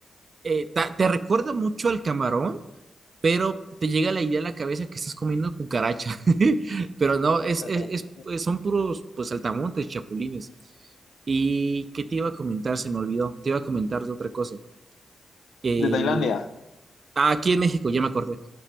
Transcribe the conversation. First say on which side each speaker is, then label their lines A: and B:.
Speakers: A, on the right; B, on the left.
A: eh, ta- te recuerda mucho al camarón, pero te llega la idea a la cabeza que estás comiendo cucaracha. <laughs> Pero no,
B: <laughs>
A: es, es, es- pues, son puros pues saltamontes, chapulines. ¿Y qué te iba a comentar? Se me olvidó. Te iba a comentar de otra cosa. El,
B: ¿De Tailandia?
A: ah, aquí en México, ya me acordé.